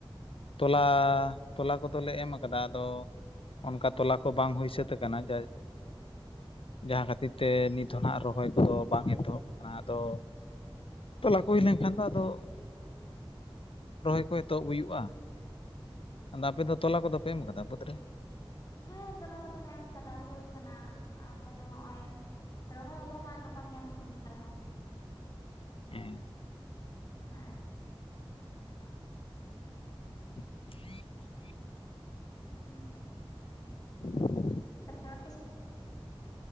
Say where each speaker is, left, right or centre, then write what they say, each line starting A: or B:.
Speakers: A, on the left; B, on the left.
A: ᱛᱚᱞᱟ, ᱛᱚᱞᱟ ᱠᱚᱫᱚᱞᱮ ᱮᱢ ᱟᱠᱟᱫᱟ ᱟᱫᱚ ᱚᱱᱠᱟ
B: ᱦᱮᱸᱛᱚ
A: ᱛᱚᱞᱟ ᱠᱚ ᱵᱟᱝ ᱦᱩᱭ ᱥᱟᱹᱛ ᱟᱠᱟᱱᱟ <unintelligible>
B: <inaudible>
A: ᱡᱟᱦᱟᱸ ᱠᱷᱟᱹᱛᱤᱨ ᱛᱮ ᱱᱤᱛ ᱦᱚᱸᱱᱟᱜ ᱨᱚᱦᱚᱭ ᱠᱚᱫᱚ ᱵᱟᱝ ᱮᱛᱚᱦᱚᱵ ᱟᱠᱟᱱᱟ ᱟᱫᱚ ᱛᱚᱞᱟ ᱠᱚ ᱦᱩᱭᱞᱮᱱᱠᱷᱟᱱ ᱫᱚ ᱟᱫᱚ, ᱨᱚᱦᱚᱭ ᱠᱚ ᱮᱛᱚᱦᱚᱵ ᱦᱩᱭᱩᱜᱼᱟ ᱟᱫᱚ ᱟᱯᱮ ᱫᱚ ᱛᱚᱞᱟ ᱠᱚᱫᱚ ᱯᱮ ᱮᱢ ᱠᱟᱫᱟ ᱵᱟᱹᱫᱽ ᱨᱮ?
B: ᱦᱮᱸ ᱛᱚᱞᱟ ᱠᱚᱫᱚᱞᱮ ᱮᱢ ᱠᱟᱫᱟ ᱦᱳᱭ ᱠᱟᱱᱟ ᱟᱨ ᱛᱟᱦᱚᱞᱮ ᱦᱚᱸᱜ-ᱚᱭ ᱨᱚᱦᱚᱭᱟᱞᱮ ᱦᱟᱸᱜ ᱜᱟᱯᱟ ᱢᱮᱭᱟᱝ ᱠᱷᱚᱱ ᱜᱮ ᱦᱚᱸ
A: ᱦᱮᱸ
B: ᱦᱮᱸ
A: <inaudible>
B: ᱦᱩᱸ
A: <inaudible>
B: <inaudible>